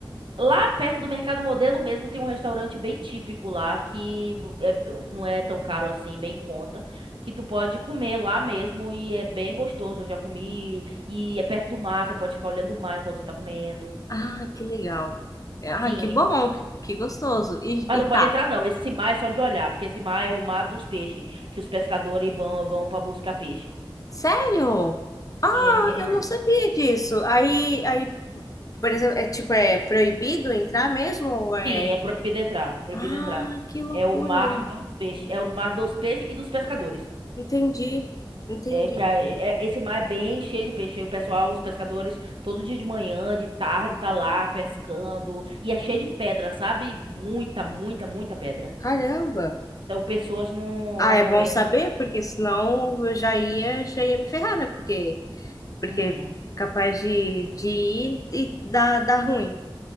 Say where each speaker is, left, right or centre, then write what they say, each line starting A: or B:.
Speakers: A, on the right; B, on the left.
A: Lá perto do Mercado Modelo mesmo tem um restaurante bem típico lá que vo- é- não é tão caro assim, bem em conta, que tu pode comer lá mesmo e é bem gostoso. Eu já comi e é perto do mar, você pode ficar olhando o mar enquanto você tá comendo.
B: Ah, que legal. Ah,
A: Sim.
B: que bom, que, que gostoso. E,
A: Mas
B: e
A: não pode
B: tá,
A: entrar, não. Esse mar é só de olhar, porque esse mar é o mar dos peixes, que os pescadores vão, vão para buscar peixe.
B: sério? Ah,
A: Sim, ele-
B: eu não sabia disso. Aí, aí, por exemplo, é tipo, é proibido entrar mesmo? Ou é...
A: sim, é proibido entrar, proibido
B: Ah,
A: entrar.
B: que loucura.
A: É o mar dos peixes, é o mar dos peixes e dos pescadores.
B: Entendi, entendi.
A: É que a- é- esse mar é bem cheio de peixe. Aí o pessoal, os pescadores, todo dia de manhã, de tarde, tá lá pescando. E é cheio de pedra, sabe? Muita, muita, muita pedra.
B: Caramba.
A: Então, pessoas não,
B: Ah,
A: normalmente.
B: é bom saber, porque senão eu já ia, já ia me ferrar, né? Porque, porque
A: Uhum,
B: capaz de, de ir e dar, dar ruim.